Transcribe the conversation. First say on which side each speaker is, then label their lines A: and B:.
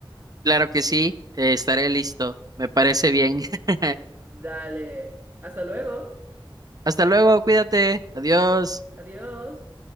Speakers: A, on the right (about 45°); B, on the right (about 25°).
A: Claro que sí. eh, estaré listo. Me parece bien. <laughs>
B: Dale. Hasta luego.
A: Hasta luego, cuídate, adiós.
B: Adiós.